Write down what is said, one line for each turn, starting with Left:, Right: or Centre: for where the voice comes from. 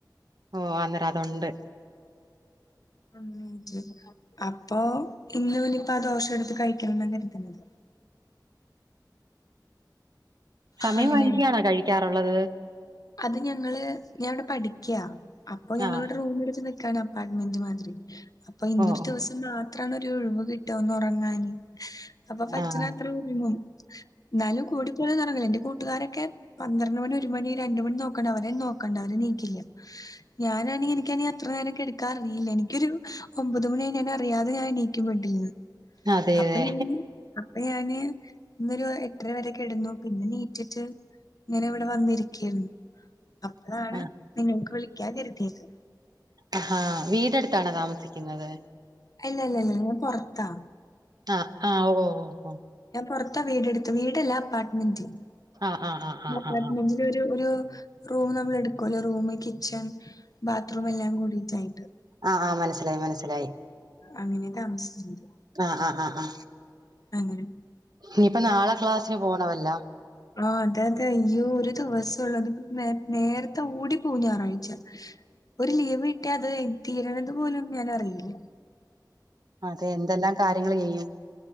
Right: ഓ അന്നേരം അതുണ്ട്.
Left: ഉ അപ്പൊ ഇന്ന് നിയിപ്പോ ആ ദോഷം എടുത്ത് കഴിക്കണം എന്ന കരുതുന്നത്.
Right: സമയം
Left: അങ്ങനെയായി
Right: വരികയണോ കഴിക്കാറുള്ളത്?
Left: അത് ഞങ്ങള് ഞാൻ ഇവിടെ പഠിക്കയാ. അപ്പൊ ഞങ്ങളുടെ
Right: ആഹ്
Left: റൂമ എടുത്ത് നിക്കാണ് അപ്പാർട്ട്മെന്റ് മാതിരി അപ്പൊ ഇന്നൊരു
Right: ഓ ഓ
Left: ദിവസ മാത്രണ് ഒരു ഒഴിവ് കിട്ട ഒന്ന്റങ്ങാന് അപ്പൊ പറ്റണഅത്ര
Right: ആഹ്
Left: ഉറങ്ങും. എന്നാലും കൂടി പോലെ ങ്ങില്ല എന്റെ കൂട്ടുകാരൊക്കെ പന്ത്രണ്ട് മണി ഒരു മണി രണ്ട് മണി നോക്കണ്ട അവര നോക്കണ്ട അവരെ നീക്കില്ല ഞാനാണെങ്കിൽ എനിക്ക അത്ര നേരം എടുക്കാ അറിയില്ല എനിക്കൊരു ഒമ്പത് മണി ഞാ അറിയാതെ ഞാൻ നീക്കും ബെഡ്‌ഡിന്.
Right: അതെ
Left: അപ്പൊ
Right: അതെ
Left: അപ്പൊ ഞാന് ഇന്നൊരു എത്രര വരെ കെടുന്നു പിന്നെ നീറ്റിട്ട്. ഇങ്ങനെ ഇവിടെ വന്നിരിക്കരുന്നു അപ്പോഴാണ്
Right: ആഹ്
Left: നിങ്ങൾക്ക് വിളിക്കാ കരുതിയത്.
Right: ആഹ് വീടെടുത്താണോ താമസിക്കുന്നത്?
Left: ഇല്ല ഇല്ല ഇല്ല ഞാൻ പുറത്താ.
Right: ആ ആ ഓ ഓ
Left: ഞാൻ പുറത്താ വീടെടുത്തു വീടല്ലേ അപ്പാർട്ട്മെന്റ്
Right: ആഹ് ആഹ് ആഹ് ആഹ്
Left: അപ്പാർട്ട്മെന്റ്
Right: ആഹ്
Left: ഒരു റൂം നമ്മൾ എടുക്കല്ലോ റൂമ് കിച്ചൺ ബാത്റൂം എല്ലാം കൂടിട്ടായിട്ട്.
Right: ആഹ് ആഹ് മനസ്സിലായി മനസ്സിലായി
Left: അങ്ങനെ താമസിക്കുന്നത്.
Right: ആ ആ ആ ആ
Left: - <unintelligible>
Right: ഇനിയിപ്പ നാളെ ക്ലാസ്സിന് പോണമല്ല.
Left: ആ അതെ അതെ യ്യ ഒരു ദിവസംള്ള അത് നേ നേരത്തെ ഓടി പോ ഞായറാഴ്ച. ഒരു ലീവ് കിട്ടിയാ അത് തീരണത് പോലും ഞാനറിയില്ല.
Right: അതെ എന്തെല്ലാം കാര്യങ്ങൾ ചെയ്യും.